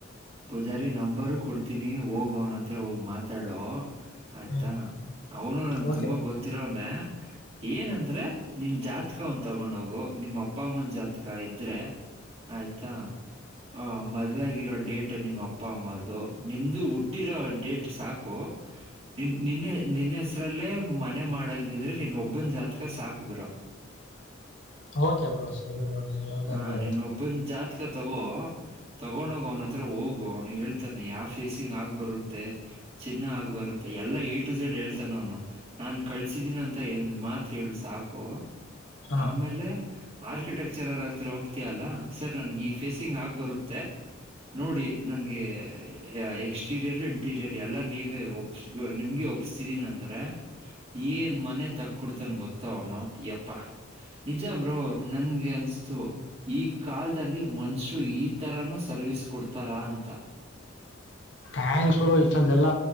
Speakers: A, on the right; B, on the left.
A: ಪೂಜಾರಿ ನಂಬರು ಕೊಡ್ತೀನಿ ಹೋಗ ಅವನ ಹತ್ರ ಹೋಗ ಮಾತಾಡೋ. ಆಯ್ತಾ
B: ಹ್ಮ್
A: ಅವನು ನಂಗ
B: ಓಕೆ
A: ತುಂಬಾ ಗೊತ್ತಿರೋವನ್ನೆ. ಏನಂದ್ರೆ ನಿನ್ ಜಾತಕ ಒಂದ ತಗೊಂಡ ಹೋಗು ನಿಮ್ಮ ಅಪ್ಪ ಅಮ್ಮನ ಜಾತ್ಕ. ಇದ್ರೆ ಆಯ್ತಾ. ಆ ಮಧ್ವ ಆಗಿರೋ ಡೇಟ್ ನಿಮ್ಮ ಅಪ್ಪ ಅಮ್ಮ ಅದು ನಿಂದು ಹುಟ್ಟಿರೋ ಡೇಟ್ ಸಾಕು. <unintelligible> ನಿನ್ ನಿನ್ನೆ ನಿನ್ನ ಹೆಸ್ರಲ್ಲೇ ಮನೆ ಮಾಡಂಗಿದ್ರೆ ನೀನ್ ಒಬ್ಬನ ಜಾತಕ ಸಾಕ್ ಬ್ರೋ.
B: ಓಕೆ ಬ್ರೋ ಸರಿ ಬ್ರೋ ನೀವ್ ಹೇಳ್ದಂಗ
A: ಹಾ,
B: ಆಯ್ತು.
A: ನೀನ್ ಒಬ್ಬನ್ ಜಾತಕ ತಗೋ. ತಗೊಂಡೋಗ ಅವನ ಹತ್ರ ಹೋಗು ಅವನು ಹೇಳ್ತಾನೆ ಯಾವ ಫೇಸಿಂಗ್ ಆಗ್ ಬರುತ್ತೆ ಚಿನ್ನ ಆಗ್ ಬರುತ್ ಮ ಎಲ್ಲ ಎ ಟು ಜಝೆಡ್ ಹೇಳ್ತಾನ ಅವನು ನಾನ್ ಕಳ್ಸಿದ್ದೀನ ಅಂತ ಒಂದ್ ಮಾತ್ ಹೇಳು ಸಾಕು.
B: ಹಾ
A: ಆಮೇಲೆ ಆ ಆರ್ಕಿಟೆಕ್ಚರರ್ ಆತ್ರ ಹೋಗ್ತೀಯಲ್ಲ ಸರ್ ನನಗೆ ಈ ಫೇಸಿಂಗ್ ಆಗ ಬರುತ್ತೆ. ನೋಡಿ ನನ್ಗೆ ಎಕ್ಸ್ಟೀರಿಯರ್ ಇಂಟೀರಿಯರ್ ಎಲ್ಲ ನೀವೇ ಒಪ್ಸ್ ನಿಮ್ಗೆ. ಒಪ್ಸಿದೀನಂದ್ರೆ ಏನ್ ಮನೆ ತಕ್ಕೊಡ್ತನ್ ಗೊತ್ತ ಅವನು ಯಪ್ಪ. ನಿಜ ಬ್ರೋ ನನ್ಗೆ ಅನಸ್ತು ಈ ಕಾಲದಲ್ಲಿ ಮನುಷ್ಯರು ಈಥರಾನು ಸರ್ವಿಸ್ ಕೊಡ್ತಾರಾ ಅಂತ. <unintelligible> ತ
B: ಹ್ಯಾಂಕ್ಸ್ ಬರೋ ಇಷ್ಟೊಂದೆಲ್ಲ